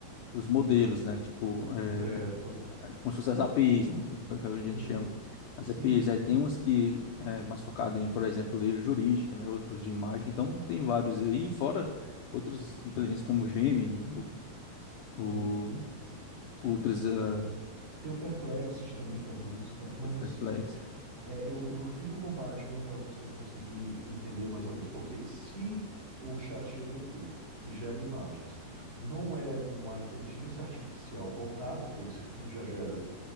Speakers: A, on the left (about 80°); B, on the right (about 35°).
A: os modelos, né? Tipo, é,
B: correto.
A: como se fossem as APIs, né? Que que a gente
B: Uhum.
A: chama. As
B: Sim,
A: APIs.
B: sim.
A: Aí tem uns que é mais focado em, por exemplo, ler jurídica, né? Outros de imagem. Então, tem vários aí, fora outras inteligências como o Gemini, O
B: Uhum.
A: Ultras, ah,
B: Tem o Perplexes também que é busca, mas
A: o Perplex.
B: assim, é, eu, eu fiz um comparativo para você conseguir entender mais ou menos, porque se o ChatGPT, que gera imagens, não é uma inteligência artificial voltada para esse fim, já gera